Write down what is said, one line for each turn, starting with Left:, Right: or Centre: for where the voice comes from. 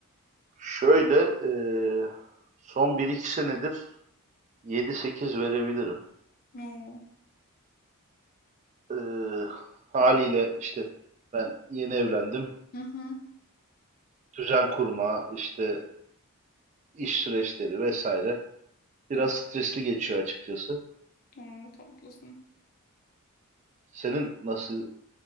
Right: Şöyle, eee, son bir iki senedir yedi sekiz verebilirim.
Left: Oo.
Right: Eee, haliyle
Left: Hı
Right: işte ben yeni evlendim.
Left: hı. hı.
Right: Düzen kurma, işte iş süreçleri vesaire. Biraz
Left: Evet,
Right: stresli geçiyor açıkçası.
Left: evet, haklısın.
Right: Senin nasıl